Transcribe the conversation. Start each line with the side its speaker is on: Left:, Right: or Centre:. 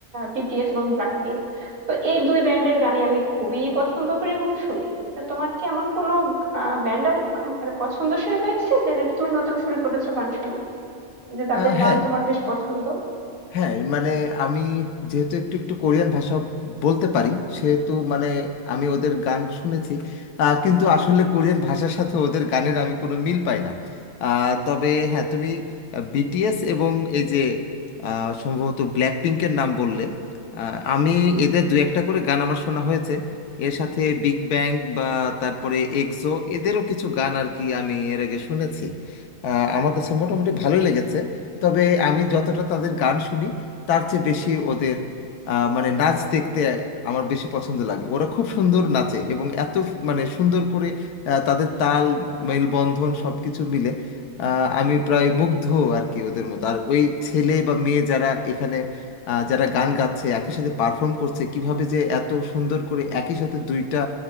Right: বিটিএস এবং ব্ল্যাকপিঙ্ক তো এই দুই ব্যান্ডের গানই আমি খুবই পছন্দ করি এবং শুনি তা তোমার কি এমন কোনো ব্যান্ড মানে পছন্দসই হয়েছে যে যেটা তুমি নতুন শুরু করেছো গান শোনা যে তাদের
Left: আহ, হ্যাঁ
Right: গান তোমার বেশ পছন্দ
Left: হ্যাঁ মানে আমি যেহেতু একটু একটু কোরিয়ান ভাষা বলতে পারি সেহেতু মানে আমি ওদের গান শুনেছি আহ, কিন্তু আসলে কোরিয়ান ভাষার সাথে ওদের গানের আমি কোনো মিল পাই না আহ, তবে হ্যাঁ তুমি বিটিএস এবং এই যে আহ, সম্ভবত ব্ল্যাক পিঙ্কের নাম বললে আহ, আমি এদের দু একটা করে গান আমার শোনা হয়েছে এর সাথে বিগ ব্যাং বা তারপরে এক্সো এদেরও কিছু গান আর কি আমি এর আগে শুনেছি আহ, আমার কাছে মোটামুটি ভালোই লেগেছে তবে আমি যতটা তাদের গান শুনি তার চেয়ে বেশি ওদের আহ, মানে নাচ দেখতে আমার বেশি পছন্দ লাগে ওরা খুব সুন্দর নাচে এবং এত মানে সুন্দর করে আহ, তাদের তাল মেলবন্ধন সব কিছু মিলে আহ, আমি প্রায় মুগ্ধ আর কি ওদের মতো আর ওই ছেলে বা মেয়ে যারা এখানে আহ, যারা গান গাচ্ছে একই সাথে পারফর্ম করছে কিভাবে যে এত সুন্দর করে একই সাথে দুইটা